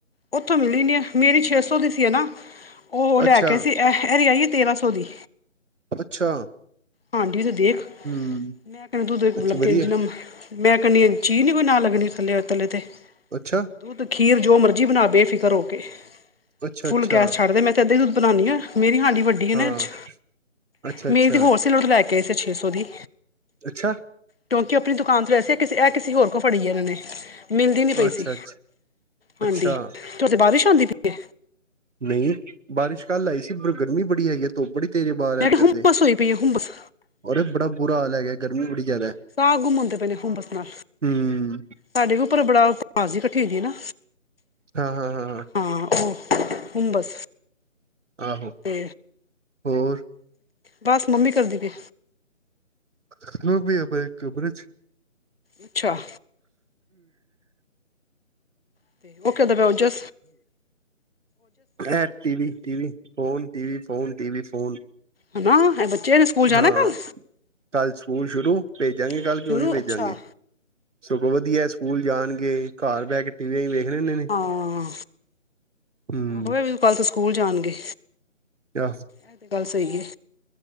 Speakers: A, on the left; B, on the right.
A: ਓੱਥੋਂ ਮਿਲੀ ਨੀ ਐ, ਮੇਰੀ ਛੇ ਸੌ ਦੀ ਸੀ ਹੈਨਾ, ਓ ਲੈਕੇ
B: ਅੱਛਾ
A: ਆਈ ਸੀ ਐ, ਐਦੀ ਆਈ ਏ ਤੇਰਾਂ ਸੌ ਦੀ।
B: ਅੱਛਾ।
A: ਹਾਂਡੀ ਤੇ ਦੇਖ <unintelligible>
B: ਹਮ
A: ਇਉਂ
B: ਅੱਛਾ
A: ਲੱਗਦਾ
B: ਵਧੀਆ
A: ਜਿਵੇਂ ਮੈਂ ਕਹਿੰਦੀ ਹਾਂ ਕੋਈ ਚੀਜ਼ ਨਹੀਂ ਲੱਗਣੀ ਇਹਦੇ ਤਲੇ ਤੇ।
B: ਅੱਛਾ।
A: ਦੁੱਧ, ਖੀਰ ਜੋ ਮਰਜ਼ੀ ਬਨਾ ਬੇਫਿਕਰ ਹੋਕੇ,
B: ਅੱਛਾ
A: ਫੁੱਲ
B: ਅੱਛਾ
A: ਗੈਸ ਛੱਡ ਦੇ, ਮੈਂ ਤੇ ਐੱਦਾ ਈ ਦੁੱਧ ਬਨਾਨੀ ਆ, ਮੇਰੀ ਹਾਂਡੀ ਵੱਡੀ ਹੈ
B: ਹਾਂ।
A: ਨਾ ਇਹ 'ਚ
B: ਅੱਛਾ ਅੱਛਾ
A: ਮੇਰੀ ਤੇ ਹੋਰ ਹੋਲਸੇਲ ਤੋ ਲੈਕੇ ਆਏ ਸੀ ਛੇ ਸੌ ਦੀ।
B: ਅੱਛਾ।
A: ਕਿਓਂਕਿ ਅਪਨੀ ਦੁਕਾਨ ਤੋ ਲਯਾਏ ਸੀ, ਐ ਕਿਸੀ, ਐ ਕਿਸੀ ਹੋਰ ਕੋਲ ਫੜੀਏ ਐਨਾਂ ਨੇ। ਮਿਲਦੀ ਨੀ ਪਈ
B: ਅੱਛਾ ਅੱਛਾ
A: ਸੀ ਹਾਂਡੀ,
B: ਅੱਛਾ
A: ਤੇ ਤੁਹਾਡੇ ਬਾਰਿਸ਼ ਆਂਦੀ ਪਈਏ?
B: ਨਈ, ਬਾਰਿਸ਼ ਕੱਲ ਆਈ ਸੀ ਪਰ ਗਰਮੀ ਬੜੀ ਹੈਗੀ ਏ। ਤੁੱਪ ਬੜੀ ਤੇਜ਼ ਏ ਬਾਰ ਐੱਧਰ
A: ਮੈਂ ਕਿਹਾ ਹੁੰਬਸ
B: ਤੇ
A: ਹੋਈ ਪਈ ਹੈ ਹੁੰਬਸ
B: ਅਰੇ ਬੜਾ ਬੁਰਾ ਹਾਲ ਹੈਗਾ, ਗਰਮੀ ਬੜੀ ਜਾਦੈ,
A: ਸਾਹ ਗੁੰਮ ਹੁੰਦੇ ਪਏ ਨੇ ਹੁੰਬਸ ਨਾਲ
B: ਹੂੰ
A: ਸਾਡੇ ਵੀ ਉੱਪਰ ਬੜਾ, ਪੜਾਸ ਜੀ ਇਕੱਠੀ ਹੋਈ ਦੀ ਏ ਨਾ
B: ਹਾਂ, ਹਾਂ, ਹਾਂ, ਹਾਂ।
A: ਹਾਂ, ਓ ਹੁੰਬਸ
B: ਆਹੋ,
A: ਤੇ
B: ਹੋਰ
A: ਬੱਸ, ਮੰਮੀ ਕੀ ਕਰਦੀ ਪੀਏ?
B: <unintelligible> ਬਸ ਉਹ ਵੀ ਲੰਮੇ ਪਏ ਕਮਰੇ ਚ
A: ਅੱਛਾ <unintelligible> ਉਹ ਕੀ ਕਰਦੇ ਪਏ ਉਥੇ
B: ਐ TV, TV, phone, TV, phone, TV, phone
A: ਹੈਨਾ, ਐ ਬੱਚੇ ਆ ਨੇ ਸਕੂਲ ਜਾਨੈ
B: ਹਾਂ
A: ਕੱਲ?
B: ਕੱਲ ਸਕੂਲ ਸ਼ੁਰੂ, ਭੇਜਾਂਗੇ ਕੱਲ
A: ਸ਼ੁਰੂ
B: ਕਿਓ ਨੀ ਪੇਜਾਂਗੇ।
A: ਅੱਛਾ
B: ਸਗੋ ਵਦੀਐ ਸਕੂਲ ਜਾਨਗੇ ਘਰ ਬੈ ਕੇ ਟੀਵੀਓ ਈ <unintelligible> ਨੇ
A: ਹਾਂ,
B: ਹਮ
A: ਆਹੋ ਐ ਵੀ ਕੱਲ ਤੋ ਸਕੂਲ ਜਾਨਗੇ।
B: ਤੇ ਆਹੋ।
A: ਐ ਤੇ ਗੱਲ ਸਈ ਏ,